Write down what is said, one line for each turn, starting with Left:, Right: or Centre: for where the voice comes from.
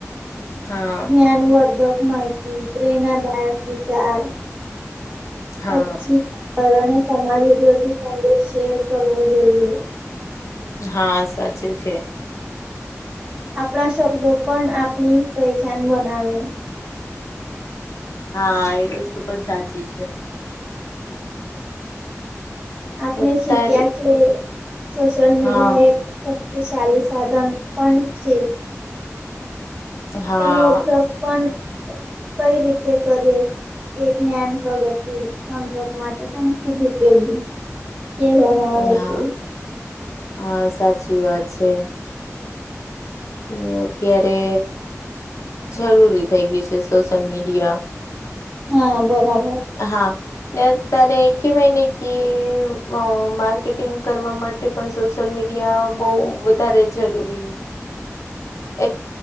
Left: હા
Right: જ્ઞાનવર્ધક માહિતી પ્રેરણાદાયક વિચાર
Left: હા
Right: પછી અને સમાજ ઉપયોગી સંદેશ શેર કરવો જોઈએ.
Left: હા સાચું છે.
Right: આપણા શબ્દો પણ આપણી પહેચાન બનાવે
Left: હા એ વસ્તુ પણ સાચી છે.
Right: આપણે
Left: અત્યારે
Right: શીખ્યા કે સોશિયલ મીડિયા
Left: હા
Right: એક શક્તિશાલી સાધન પણ છે.
Left: હા
Right: એનો ઉપયોગ પણ કઈ રીતે કરીએ. એ જ્ઞાન પ્રગતિ સંપર્ક માટે પણ ખૂબ ઉપયોગી કેહેવામાં આવે
Left: હા
Right: છે.
Left: હા સાચી વાત છે. ને અત્યારે જરૂરી થઈ ગય છે સોશિયલ મીડિયા.
Right: હા બરાબર.
Left: હા ને તને કહેવાય ને કે અ માર્કેટિંગ કરવા માટે પણ સોશિયલ મીડિયા બહ વધારે જરૂરી એક